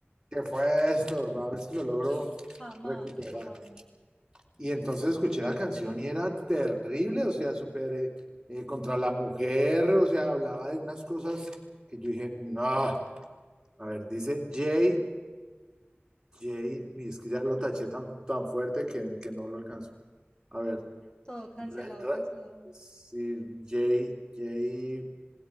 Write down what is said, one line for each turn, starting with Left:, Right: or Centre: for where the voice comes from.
Right: ¿qué fue esto? A ver si lo logro
Left: No, jamás,
Right: recuperar.
Left: jamás.
Right: Y entonces escuché la canción y era terrible, o sea, súper eh, eh, contra la mujer, o sea, hablaba de unas cosas que yo dije, no, a ver, dice Jay, Jay, y es que ya lo taché tan, tan fuerte que, que no lo alcanzó. A ver,
Left: Todo cancelado,
Right: Ra- Ra-
Left: cancelado.
Right: sí, Jay, Jay